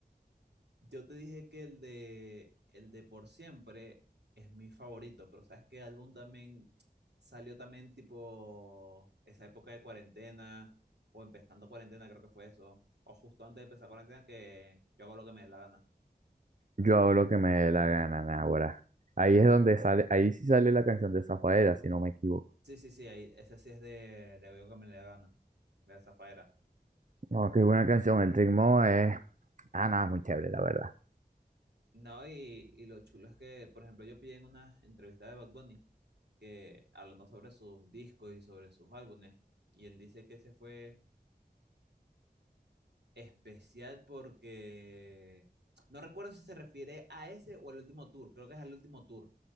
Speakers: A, on the right (about 85°); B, on the right (about 50°).
A: Yo te dije que el de, el de Por Siempre es mi favorito, pero ¿sabes qué álbum también salió también tipo esa época de cuarentena o empezando cuarentena, creo que fue eso, o justo antes de empezar cuarentena que yo hago lo que me dé la gana.
B: Yo hago lo que me dé la gana, ahora. Ahí es donde sale, ahí sí sale la canción de Zafaera, si no me equivoco.
A: Sí, sí, sí, ahí, ese sí es de, de lo que me dé la gana, de esa faera.
B: No, qué buena canción. El ritmo es, ah, nada, es muy chévere, la verdad.
A: No, y, y lo chulo es que, por ejemplo, yo pillé en una entrevista de Bad Bunny que hablando sobre sus discos y sobre sus álbumes, y él dice que ese fue especial porque no recuerdo si se refiere a ese o al último tour, creo que es al último tour